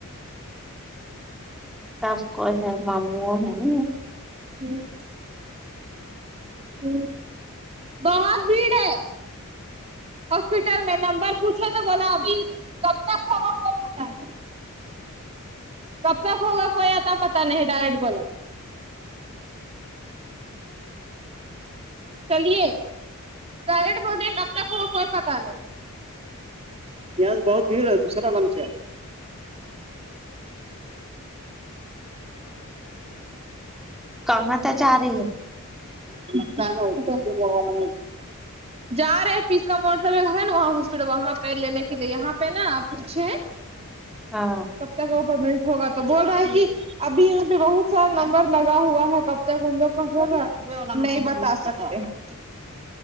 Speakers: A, in the centre; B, on the right (about 30°).
A: تپ کو ہے مامو ہے ن
B: جی ہ بہت بھیڑ ہے ہاسپٹل میں نمبر پوچھو تو بلا ابھی کب تک ہوو ستا ہے کب تک ہوگا کوئی آتا پتاہ نہیں ڈائریکٹ بولو
A: <inaudible>
B: چلیے ڈرٹ بولے کب تک ہوا کوئی پتا نہیں یہ آ بہت بھیڑ ہے دوسرا لامچ
A: کہاں ت جا رہی ہے تھری
B: ا جا رہے ہیں پس کا مو ہے نا وہاں ہاسپٹل وہاں پہ لینے کے لیے یہاں پہ نا پوچھے
A: ہاں
B: کب تک کا اوپرمنٹ ہوگا تو بول رہا ہے کہ ابھی یہاں پہ بہت سارا نمبر لگا ہوا ہے کب تک ان لوگ کا ہو رہا نہیں بتا سکتا اچھا